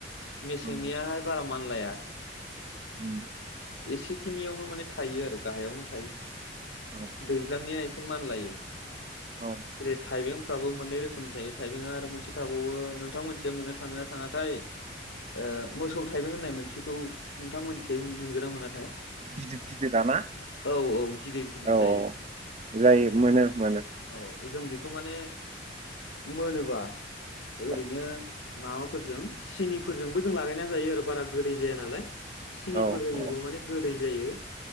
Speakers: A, on the left; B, on the right.
A: मेसेंनियाहाय
B: औ
A: बारा मानलाया
B: उम
A: एसेखिनियावनो माने थायो आरो गाहायावनो थायो
B: औ
A: दैज्लांनिया एसे मानलायो
B: औ
A: जेरै थाइबेंफ्राबो मोननै रोखोमनि थायो थाइबेंआ आरो मोनसे थाबावो नोंथां मोननिथिंजाय मोननो थाङो ना थाङाथाय ओ मोसौ थाइबें होननाय मोनसेखौ नोंथांमोननिथिंजाय मोनगोना मोनाथाय
B: गिदिर गिदिराना
A: औ औ गिदिर गिदिर
B: औ
A: जायो
B: औ जायो मोनो मोनो
A: औ जों बेखौ माने मोनोबा ओरैनो
B: औ
A: माबाफोरजों सिनिफोरजोंबो जों लागायनानै जायो आरो बारा गोदै जाया नालाय सिनिफोर
B: औ
A: होयोबा
B: औ
A: माने गोदै जायो